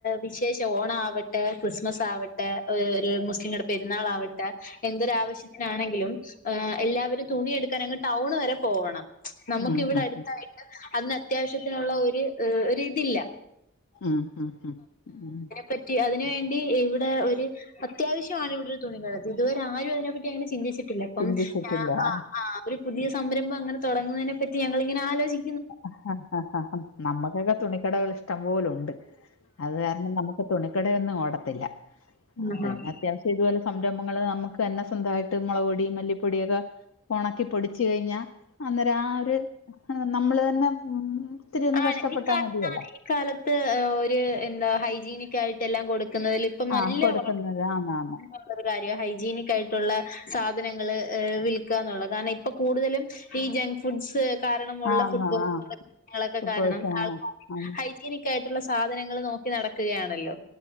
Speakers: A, on the left (about 40°); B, on the left (about 65°).
A: വിശേഷം ഓണം ആവട്ടെ ക്രിസ്മസ് ആവ ട്ടെ ഒരു മുസ്ലിങ്ങടെ പെരുന്നാൾ ആവട്ടെ എന്തൊരു ആവശ്യത്തിനാണെങ്കിലും എ എല്ലാവരും തുണിയെടുക്കാൻ അങ്ങ് ടൗണ് വരെ പോകണം ച് നമുക്ക്
B: ഉം ഉം
A: ഇവിടെ
B: ഉം
A: അടുത്തായി ട്ട് അതിന് അത്യാവശ്യത്തിനുള്ള ഒരു ഒരിതില്ല
B: ഉം ഉം ഉം ഉം
A: പറ്റി അതിന് വേണ്ടി ഇവിടെ ഒരു അത്യാവശ്യമാണ് ഇവിടെ ഒരു തുണികട ഇതുവരെ ആരും അതിനെപ്പറ്റി അങ്ങനെ ചിന്തിച്ചിട്ടില്ല അപ്പം
B: ചിന്തിച്ചിട്ടില്ല
A: ഞാ ആഹ്
B: ആ
A: ആഹ് ഒരു പുതിയ സംരംഭം അങ്ങനെ തൊടങ്ങുന്നതിനെ പറ്റി ഞങ്ങളിങ്ങനെ ആലോചി
B: അഹ് ഹഹഹ നമ്മുക്കൊക്കെ തുണിക്കടകൾ ഇഷ്ടം പോലുണ്ട് അത് കാരണം നമു ക്ക് തുണിക്കടൊന്നും ഓടത്തില്ല
A: ആഹ്
B: പിന്നെ അത്യാവശ്യ ഇതുപോലെ സംരംഭങ്ങള് നമുക്ക് തന്നെ സ്വന്തായിട്ട് മൊളക് പൊടി, മല്ലിപ്പൊടിയൊക്കെ ഒണക്കി പൊടിച്ചു കഴിഞ്ഞാ അന്നേരം ആ ഒരു നമ്മള് ത ന്നെ മ് ഇത്തിരി ഒന്ന്
A: ആണ്
B: കഷ്ടപ്പെട്ടാൽ
A: ഇക്ക
B: മതിയല്ലോ
A: കാലത്ത് എ് ഒര് എന്താ ഹൈജീനിക് ക്കായിട്ട് എല്ലാം കൊടുക്കുന്നതിൽ ഇപ്പം
B: ആ
A: നല്ല
B: കൊടുക്കുന്നത്
A: <inaudible>
B: ആന്ന് ആന്ന്
A: പ്പൊര് കാര്യ ഹൈജീനിക് ആയിട്ടുള്ള സാധനങ്ങള് എ വിൽക്കാന്നുള്ളത് കാരണം ഇപ്പൊ കൂടുതലും പ്പഈ ജങ്ക് ഫുഡ്സ് കാരണമുള്ള
B: ആന്ന്
A: ഫുഡ് പോയ്
B: ആ
A: <unintelligible> കാര്യങ്ങളൊക്കെ
B: ഇപ്പോ
A: കാരണം ആൾക്കാര്
B: ആ
A: ഹൈജിനി ക്കായിട്ടുള്ള സാധനങ്ങള് നോക്കി നടക്കുകയാണല്ലോ